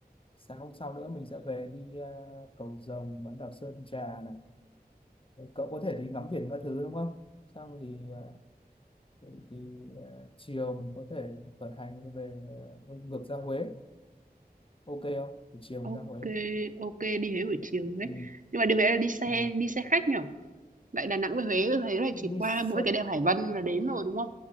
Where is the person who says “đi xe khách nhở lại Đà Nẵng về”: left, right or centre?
Right